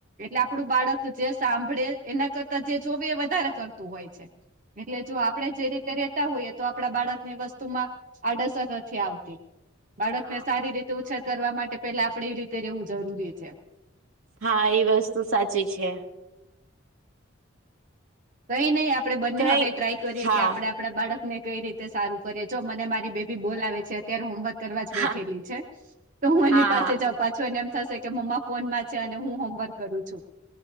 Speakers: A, on the right; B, on the right.
A: એટલે આપડું બાળક જે સાંભળે, એના કરતા જે જોવે, એ વધારે કરતું હોય છે. એટલે જો આપણેે જે રીતે રેતા હોઈએ તો, આપડા બાળકની વસ્તુમાં આડઅસર નથી આવતી. બાળકને
B: હા
A: સારી રીતે ઉછેર કરવા માટે પેલા આપડે એ રીતે રેવું જરૂરી છે.
B: હા, એ વસ્તુ સાચી છે.
A: કઈ નઈ, આપણે બંને
B: કઈ
A: હવે ટ્રાય કરીએ
B: હા
A: કે આપણેે આપ આપણા બાળકને કઈ રીતે સારું કરીએ, જો મને મારી બેબી બોલાવે છે. અત્યારે હોમવર્ક કરવા જ બેઠેલી
B: હા
A: છે તો હું એની
B: હા
A: પાસે જઉ. પાછો એને એમ થસે કે મમ્મા ફોનમાં છે અને હું હોમવર્ક કરું છું.